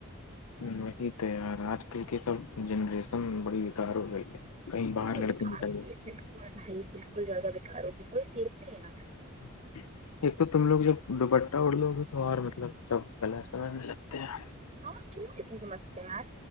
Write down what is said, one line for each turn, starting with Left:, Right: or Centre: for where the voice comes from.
Left: وہی تیار آج کل کی سب جنریشن بڑی وتار ہو گئی ہے کہیں
Right: بالکل
Left: باہر لڑکے
Right: باری
Left: نکل
Right: بالکل بھائی بالکل زیادہ بکھار ہوگی کوئی سیف نہیں ہے
Left: <inaudible> ایک تو تم لوگ جب دوپٹہ اڑ دوو گے تو اور مطلب سب گغلط سمجھنے لگتے ہیں
Right: ہاں کیوںتیمستتے میںار